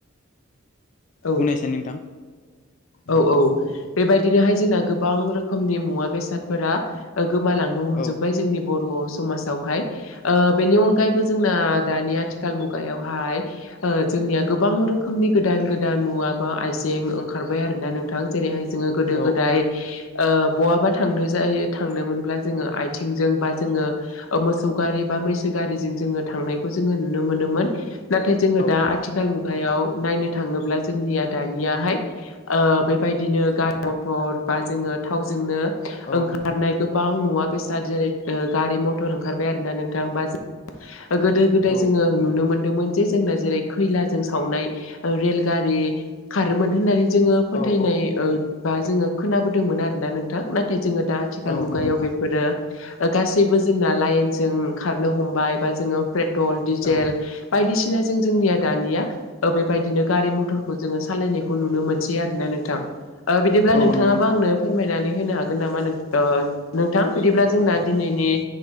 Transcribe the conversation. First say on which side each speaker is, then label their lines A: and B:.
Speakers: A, on the left; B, on the left.
A: औ
B: बुंनायसाय नोंथां,
A: औ औ बेबायदिनोहाय जोंना गोबां रोखोमनि मुवा बेसादफोरा ओ गोमालांनो हमजोब्बाय
B: औ
A: जोंनि बर', समाजावहाय ओ बेनि अनगायैबो जोंना दानि आथिखाल मुगायावहाय ओ जोंनिया गोबां रोखोमनि गोदान गोदान मुवा बा आइजें ओंम खारबाय आरोना नोंथां जेरैहाय जोङो गोदो
B: औ
A: गोदाय ओ बहाबा थांनो जायो थांनो मोनब्ला जोङो आथिंजों बा जोङो मोसौ गारि बा मैसो गारिजों जोङो थांनाय जोङो नु नुनो मोनोमोन नाथाय जोङो
B: औ
A: दा
B: औ
A: आथिखाल मुगायाव नायनो थाङोब्ला जोंनिया दानियाहाय ओ बेबायदिनो गारि मथर बा जोङो थावजोंनो,
B: औ
A: ओंखारनाय
B: नोंथां
A: गोबां मुवा बेस दा जेरै ओ गारि मथर ओंखारबाय आरोना नोंथां बा गोदो गोदाय
B: औ
A: जोङो नुनो मोन्दोंमोन जे जोंना जेरै खैलाजों सावनाय रेलगारि खारोमोन होननानै, जोङो फोथायनाय
B: औ औ
A: बा जोङो खोनाबोदोंमोन आरोना नोंथां, नाथाय जोङो दा आथिखाल
B: औ
A: मुगायाव
B: नंगौ नोंथां
A: बे फोरो गासैबो जोंना लाइनजों खारनो हमबाय बा जोङो पेट्रल डिजेल
B: औ
A: बायदिसिना जों जोंनिया दानिया बेबायदिनो गारि मथरखौ जोङो सालायनायखौ नुनो मोनसै आरोना नोंथां, ओ बिदिब्ला
B: औ
A: नोंथाङाबो
B: नंगौ नोंथां
A: आंनो फोरमायनानै होनो हागोन नामा? नोंथां बिदिब्ला जोंना दिनैनि